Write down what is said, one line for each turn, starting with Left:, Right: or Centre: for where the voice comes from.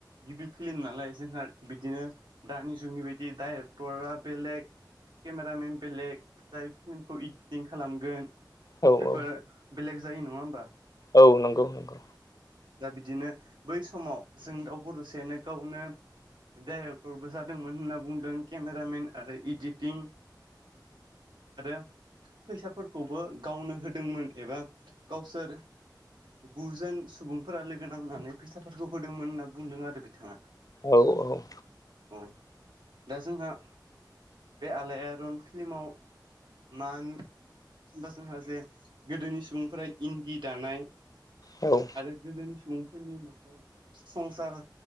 Right: गिबि फिल्म नालाय जोंहा बिदिनो दानि जुगनि बायदि डाइरेक्टरा बेलेग केमेरामेन बेलेग जाय फिल्मखौ इदिटिं खालामगोन
Left: औ
Right: बेफोर
Left: औ
Right: बेलेग जायो नङा होमबा?
Left: औ नंगौ नंगौ।
Right: दा बिदिनो बै समाव जोंदाउ बडसायानो गावनो डाइरेक्टरबो जादोंमोन होनना बुंदों केमेरामेन आरो इदिटिं आरो फैसाफोरखौबो गावनो होदोंमोन एबा गावसोर गुजोन सुबुंफोरा लोगो नांनानै फैसाफोरखौ होदोंमोन होनना बुंदों आरो बिथाङा।
Left: औ औ।
Right: उ दा जोंहा बे आलायारन फिल्माव मान होनबा जोंहा जे गोदोनि सुबुंफोरा इन्दि दानाय
Left: औ।
Right: आरो गोदोनि सुबुंफोरनि न'खर संसार